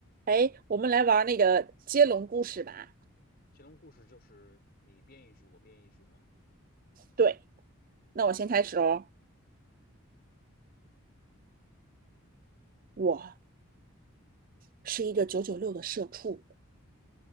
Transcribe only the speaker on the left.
乾隆故事就是你编一句，我编一句吗？
好的，